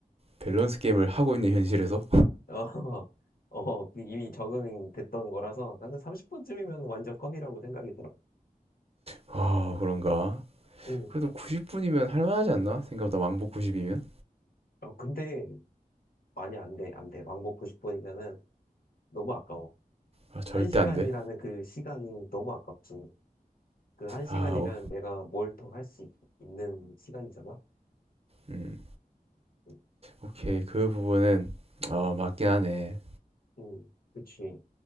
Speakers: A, on the right; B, on the left.
A: 밸런스 게임을 하고 있는 현실에서
B: 어, <laughs> 어, 그 이미 적응이 됐던 거라서 나는 30분쯤이면 완전 껌이라고 생각이 들어.
A: 아 그런가
B: 응.
A: 그래도 90분이면 할만하지 않나 생각보다 왕복 90이면
B: 어, 근데, 아니, 안 돼, 안 돼. 왕복 90분이면은 너무 아까워.
A: 아, 절대
B: 한시간이라는그
A: 안돼아
B: 시간이 너무 아깝지. 그 한시간이면
A: 오,
B: 내가 뭘 더 할 수 있는 시간이잖아?
A: 음,
B: 응,
A: 오케이 그 부분은 어, 맞긴 하네
B: 응, 그치.